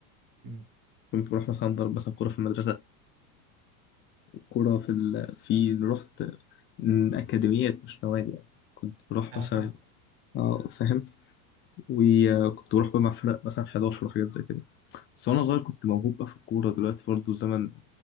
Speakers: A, on the right (about 45°); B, on the left (about 25°).
A: أمم.
B: كنت بروح مثلا ضرب مثلا كورة في المدرسة كورة في ال... في رحت أكاديميات مش نوادي يعني كنت بروح
A: أنا
B: مثلا
A: فاهم
B: اه فاهم وكنت بروح بقى مع فرق مثلا 11 وحاجات زي كده بس وأنا صغير كنت موهوب بقى في الكورة دلوقتي برضه الزمن